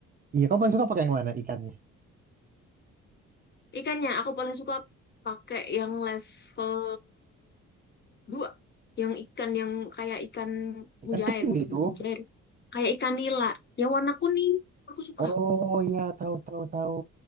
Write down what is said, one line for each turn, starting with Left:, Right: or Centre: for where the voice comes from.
Right: iya kamu paling suka pakai yang mana ikannya?
Left: Ikannya aku paling suka pakai yang level 2, Yang ikan yang kayak ikan
Right: Ikan
Left: mujair,
Right: kecil
Left: bukan
Right: itu
Left: mujair. Kayak ikan nila. Yang warna kuning. Aku suka.
Right: Oh ya tahu tahu tahu.